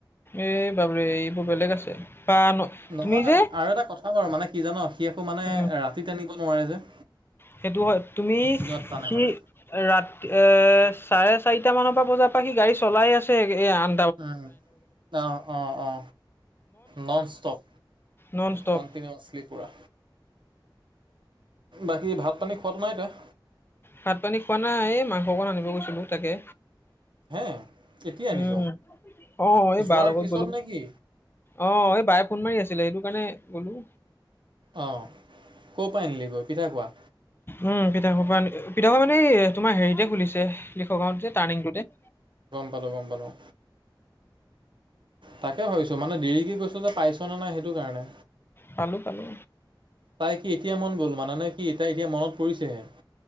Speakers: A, on the left (about 25°); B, on the right (about 70°).
A: এই বাবৰে এইবোৰ বেলেগ আছে। বা ন
B: নহয়
A: তুমি যে
B: আৰু এটা কথা বাৰু মানে কি জান সি এককো মানে
A: উম
B: ৰাতিত আনিব নোৱাৰে যে।
A: সেইটো হয় তুমি
B: দিনত টানে
A: সি
B: মানে
A: ৰাত এ চাৰে চাৰিটা মানৰ পৰা বজাৰ পৰা সি গাড়ী চলাই আছে এ আন
B: উ অ অ অ নন ষ্টপ।
A: নন ষ্টপ
B: কণ্টিনিয়চিলিক পুৰা বাকী ভাত পানী খোৱাত নাই তই?
A: ভাত পানী খোৱা নাই এই মাংস অকণ আনিব গৈছিলোঁ তাকে।
B: হে এতিয়া আনিছ
A: উম অ এই
B: যোৱাৰ
A: বাৰ লগত
B: পিছত
A: গ'লো।
B: নে কি
A: অ এই বায়ে ফোন মাৰি আছিলে সেইটো কাৰণে গ'লো।
B: অ ক'ৰ পৰা আনিলি গৈ পিঠা খোৱা।
A: উম পিঠা খোৱা আনে পিঠা মানে এ তোমাৰ হেৰিতে খুলিছে। সেসভাত যে তাৰনিংটোতে
B: হ'লো গম পালোঁ অ। তাকে ভাবিছো মানে দেৰিক গৈছো যে পাইছ নে নাই? সেইটো কাৰণে।
A: পালো, পালো।
B: তাই কি এতিয়া মন গ'ল মানে নে কি, তাই এতিয়া মনত পৰিছেহে?